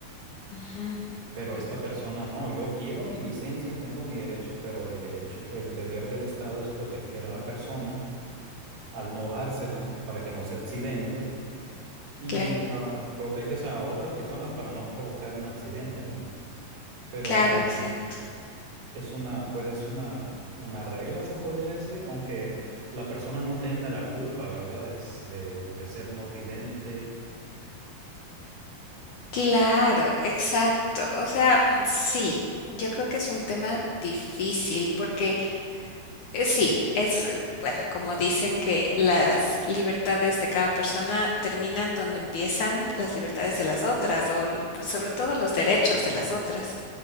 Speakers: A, on the left; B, on the right.
A: Ujú,
B: pero
A: ujú.
B: esta persona no, yo quiero mi licencia y tengo mi derecho, pero el derecho, el deber del Estado es proteger a la persona al no dársela para que no se accidente y
A: Claro,
B: ah, proteges a otras personas para no <laughs> provocar un accidente, ¿no? Pero
A: claro,
B: am,
A: exacto.
B: es una, pues es una, una regla, se podría decir, aunque la persona no tenga la culpa, ¿verdad? Es de, de ser no vidente.
A: Claro, exacto. O sea, mm, sí, yo creo que es un tema difícil porque eh, sí, es, eh, bueno, como dicen que las libertades de cada persona terminan donde empiezan las libertades de las otras o l- sobre todo los derechos
B: Sí,
A: de las otras.